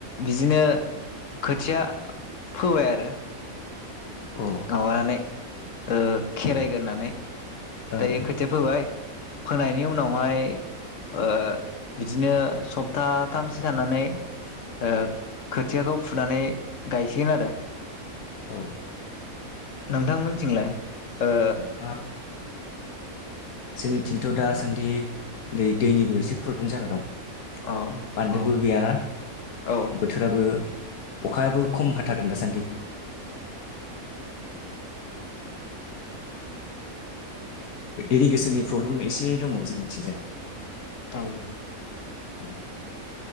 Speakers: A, on the left (about 60°); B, on the left (about 85°).
A: बिदिनो खोथिया फोबाय आरो
B: औ
A: गावनै ओ खेराइगोरनानै
B: ओं
A: दायो खोथिया फोबाय फोनायनि उनाव माइ ओ बिदिनो सप्ताथामसो थाननानै ओ खोथियाखौ फुनानै गायसिगोन आरो
B: औ
A: नोंथांमोनथिंलाय ओ
B: हाब जोंनिथिंथ दासान्दि दै दैनिबो एसे प्रब्लेम जाना दं।
A: औ
B: बान्दोबो
A: औ
B: गैयाना
A: औ
B: बोथोराबो अखायाबो खम हाथारदों दासान्दि
A: औ
B: इरिगेसननि प्रब्लेम एसे दङ जोंनिथिंजाय
A: औ
B: औ ओ